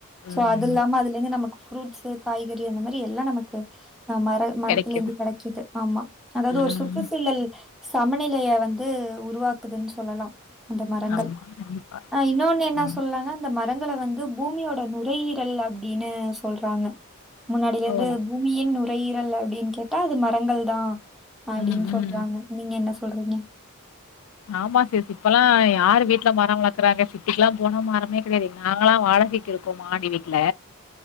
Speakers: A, on the left; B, in the centre.
A: ம்
B: சோ அது இல்லாம அதுல இருந்து நமக்கு ஃப்ரூட்ஸ் காய்கறி அந்த மாரி ரி எல்லா நமக்கு அ ம மரத்திலருந்து
A: கெடைக்குது
B: கெடைக்குது ஆமா அதாவது ஒரு
A: ம்
B: சுற்றுச்சூழல் சமநி திலயே வந்து உருவாக்குதுன் சொல்லலா அந்த மரங்கள்
A: ஆமா கண்டிப்பா
B: அ இன்னொன்னு என்ன
A: ம்
B: சொல்லலாங்க அந்த மர மரங்கள வந்து பூமியோட நுரையீரல் அப்டினு சொல்றாங்க முன்னாடியிலிருந்து
A: ஓ
B: பூமியின் நுரையீரல் ட அது மரங்கள் தா அப்டின்
A: ம்
B: சொல்றாங்க
A: ம்
B: நீங்க என்ன சொல்றீங்க
A: ஆமா சிஸ் இப்பெல்லா யார் வீட்ல மர வளக்கறாங்க சிட்டிக்குல்லா போன மரமே கிடையாது நாங்களா வா <unintelligible> இருக்கோ மாடி வீட்ல